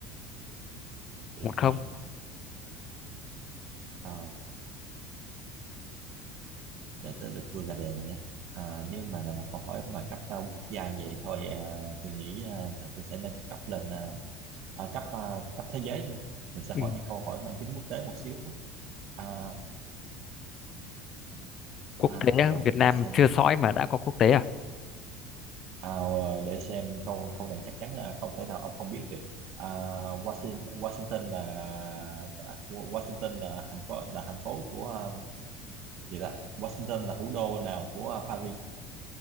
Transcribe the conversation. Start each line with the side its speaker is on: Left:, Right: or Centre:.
Right: để
Left: một không.
Right: xem Ờ, để tới lượt tôi ra đề nhé Ờ, nếu mà là một câu hỏi mà cấp ờ, quốc gia như vậy thôi ờ, tôi nghĩ ờ, là tôi sẽ nâng cấp lên ờ, à, cấp ờ, cấp thế giới luôn mình sẽ
Left: Ừ.
Right: hỏi những câu hỏi mang tính quốc tế một xíu à,
Left: Quốc
Right: à,
Left: tế á,
Right: à,
Left: Việt Nam
Right: để xem
Left: chưa sõi mà đã có quốc tế à?
Right: À, để xem câu câu này chắc chắn là không thể nào ông không biết được À, Washington, Washington là ờ, Washington là thành phố là thành phố của ờ, gì đó Washington là thủ đô nào của ờ, Paris